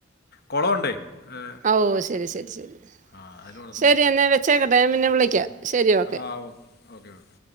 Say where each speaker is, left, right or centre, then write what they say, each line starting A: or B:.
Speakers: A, on the left; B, on the right.
A: കുളമുണ്ടേ ഏ,
B: ഓ ശരി ശരി ശരി
A: ആ അതിൽ വളർത്തുന്നുണ്ട്
B: ശരി എന്നെ വെച്ച പിന്നെ വിളിക്ക ശരി ഓക്കെ
A: ആ ഓക്കെ ഓക്കെ